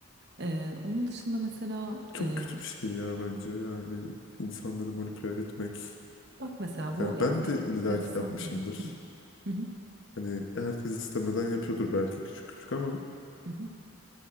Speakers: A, on the right; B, on the left.
A: Eee, onun dışında mesela
B: Çok
A: eee,
B: kötü bir şey ya bence yani insanları manipüle etmek.
A: bak mesela bu
B: Yani
A: e-
B: ben
A: e-
B: de illaki
A: enteresan
B: yapmışımdır.
A: bir. Hı, hı, hı,
B: Hani herkes istemeden yapıyordur belki küçük küçük ama
A: hı, hı.